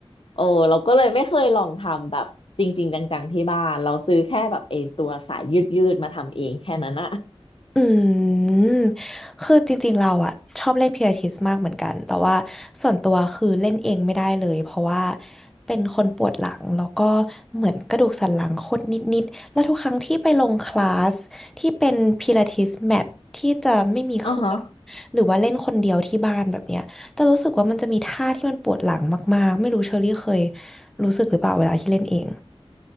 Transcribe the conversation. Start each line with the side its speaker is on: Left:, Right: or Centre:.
Left: โอ้เราก็เลยไม่เคยลองทำแบบจริงๆจังๆที่บ้านเราซื้อแค่แบบเองตัวสายยืดๆมาทำเองแค่นั้นอ่ะ
Centre: อืมคือจริงๆเราอะชอบเล่นพิลาทิสมากเหมือนกันแต่ว่าส่วนตัวคือเล่นเองไม่ได้เลยเพราะว่าเป็นคนปวดหลังแล้วก็เหมือนกระดูกสันหลังคดนิดๆแล้วทุกครั้งที่ไปลงคลาสที่เป็นพิลาทิสแมทที่จะไม่มีเครื่อง
Left: อ๋อ
Centre: หรือว่าเล่นคนเดียวที่บ้านแบบเนี้ยจะรู้สึกว่ามันจะมีท่าที่มันปวดหลังมากๆไม่รู้เชอรี่เคยรู้สึกหรือเปล่าเวลาที่เล่นเอง